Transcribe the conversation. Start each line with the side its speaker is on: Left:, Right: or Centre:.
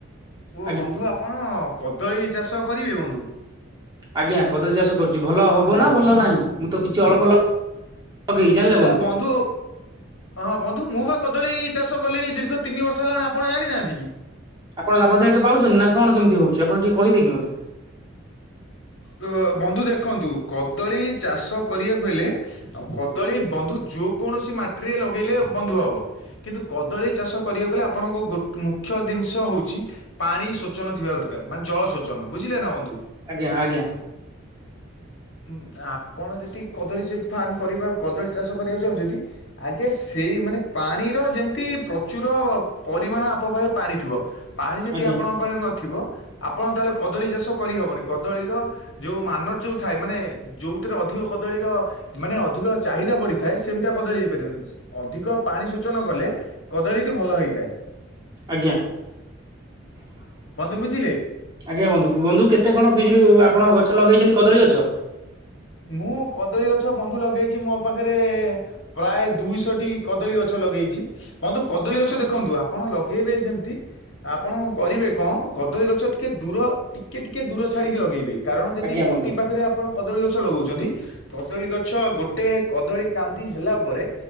Left: ଓ
Right: ଆଜ୍ଞା
Left: ବନ୍ଧୁ ଆପଣ କଦଳୀ ଚାଷ କରିବେ ବନ୍ଧୁ
Right: ଆଜ୍ଞା, କଦଳୀ ଚାଷ କରୁଛି, ଭଲ ହବ
Left: ହ୍ୟାଲୋ।
Right: ନା ଭଲ ନାହିଁ ମୁଁ ତ କିଛି ଅଳ୍ପ ଲଗେଇଛି ଜାଣିଲେ
Left: ଏ ବନ୍ଧୁ, ହଁ ବନ୍ଧୁ ମୁଁ ପାଖ କଦଳୀ ଚାଷ କଲିଣି ଦୀର୍ଘ ତିନି ବର୍ଷ ହେଲାଣି, ଆପଣ ଜାଣିନାହାନ୍ତି କି?
Right: ଆପଣ ଲାଭଦାୟକ ପାଉଛନ୍ତି ନା କଣ କେମିତି ହଉଛି? ଆପଣ ଟିକେ କହିବେ
Left: <inaudible>
Right: କି ମତେ
Left: ଅ ବନ୍ଧୁ ଦେଖ ଦେଖନ୍ତୁ, କଦଳୀ ଚାଷ କରିବାକୁ ହେଲେ ଆଉ କଦଳୀ ବନ୍ଧୁ ଯ କୌଣସି ମାଟିରେ ଲଗେଇଲେ ବନ୍ଧୁ ହବ। କିନ୍ତୁ କଦଳୀ ଚାଷ କରିବାକୁ ଗଲେ, ଆପଣଙ୍କୁ ଗୋ ମୁଖ୍ୟ ଜିନିଷ ହଉଛି -ପାଣି ସୋଚନ ଥିବା ଦରକାର। ମାନେ ଜଳ ସୋଚନ, ବୁଝିଲ ନା ବନ୍ଧୁ।
Right: ଆଜ୍ଞା, ଆଜ୍ଞା।
Left: <inaudible> ଆପଣ ଯେ କଦଳୀ ଫାର୍ମ କରିବା, କଦଳୀ ଚାଷ କରିବାକୁ ଚାହୁଁଚନ୍ତି, ଆଗେ ସେଇ ମାନେ ପାଣିର ଯେମିତି ପ୍ରଚୁର ପରିମାଣ, ଆପ ପାଖରେ ପାଣି ଥିବ। ପାଣି ଯଦି
Right: ଆଜ୍ଞା
Left: ଆପଣଙ୍କ ପାଖରେ ନଥିବ, ଆପଣ ତାହେଲେ କଦଳୀ ଚାଷ କରିହେବନି, କଦଳୀର ଯେଉଁ ମାନର ଯେଉଁ ଥାଏ, ମାନେ ଯେଉଁଥିରେ ଅଧିକ କଦଳୀର ମାନେ ଅଧିକ ଚାହିଦା ପଡିଥାଏ, ସେମିତିଆ କଦଳୀ ହେଇପାରିବନି, ଅଧିକ ପାଣି ସୋଚନ କଲେ କଦଳୀ ସେଇଠି ଭଲ ହେଇଥାଏ।
Right: ଆଜ୍ଞା <inaudible>
Left: ବନ୍ଧୁ ବୁଝିଲେ।
Right: ଆଜ୍ଞା ବନ୍ଧୁ। ବନ୍ଧୁ କେତେ କଣ ପିଜୁଳି, ଆପଣ ଗଛ ଲଗେଇଛନ୍ତିଛନ୍ତି କଦଳୀ ଗଛ?
Left: ମୁଁ କଦଳୀ ଗଛ ବନ୍ଧୁ ଲଗେଇଛି, ମୋ ପାଖରେ ପ୍ରାୟ ଦୁଇଶଟି କଦଳୀ ଗଛ ଲଗେଇଛି, ବନ୍ଧୁ କଦଳୀ ଗଛ ଦେଖନ୍ତୁ ଆପଣ ଲଗେଇବେ ଯେମତି, ଆପଣ କରିବେ କ କଦଳୀ ଗଛ ଟିକେ ଦୂର, ଟିକେ ଟିକେ, ଦୂର ଛାଡିକି ଲଗେଇବେ କାରଣ ଯଦି
Right: ଆଜ୍ଞା
Left: କତି
Right: ବନ୍ଧୁ।
Left: ପାଖରେ ଆପଣ କଦଳୀ ଗଛ ଗଛ ଲଗଉଛନ୍ତି, କଦଳୀ ଗଛ ଗୋଟେ କଦଳୀ କାନ୍ଦି ହେଲା ପରେ